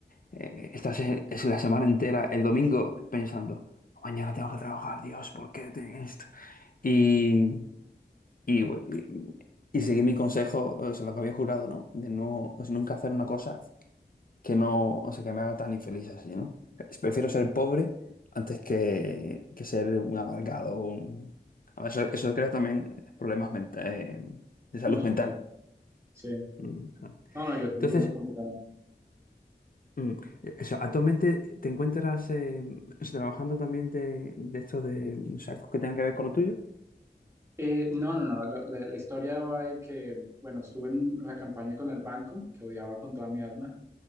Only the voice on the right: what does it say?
Emocional.
Sí.
No, no, yo te
entiendo completamente.
Eh, no, no, no. La, la- la historia va de que, bueno, estuve en la campaña con el banco, que odiaba con toda mi alma.